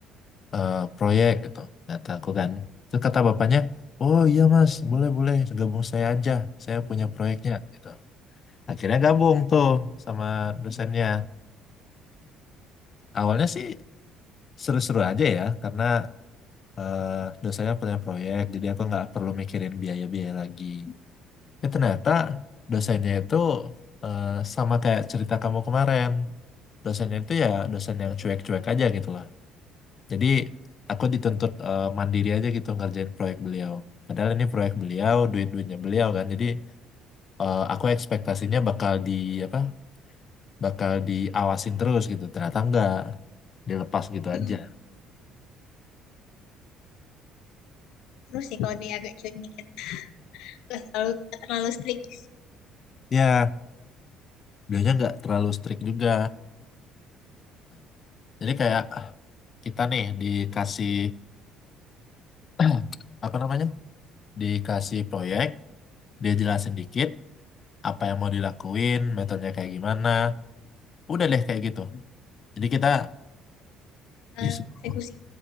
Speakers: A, on the left; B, on the left.
A: eh, proyek gitu kata aku kan terus kata bapaknya oh iya mas boleh boleh gabung saya aja saya punya proyeknya gitu akhirnya gabung tuh sama dosennya awalnya sih seru-seru aja ya karena eh, dosennya punya proyek jadi aku nggak perlu mikirin biaya-biaya lagi ya ternyata dosennya itu eh, sama kayak cerita kamu kemarin dosennya itu ya dosen yang cuek-cuek aja gitu lah Jadi aku dituntut eh, mandiri aja gitu ngerjain proyek beliau. Padahal ini proyek beliau, duit-duitnya beliau kan. Jadi eh, aku ekspektasinya bakal di apa? Bakal diawasin terus gitu. Ternyata enggak, dilepas gitu
B: Mm.
A: aja.
B: Terus sih kalau dia agak cuek dikit, Nggak terlalu nggak terlalu strict
A: Ya, beliaunya enggak terlalu strict juga. Jadi kayak kita nih dikasih <clears throat> apa namanya? Dikasih proyek, dia jelasin dikit apa yang mau dilakuin, metodenya kayak gimana. Udah deh kayak gitu. Jadi kita
B: eh,
A: disuruh
B: eksekusi.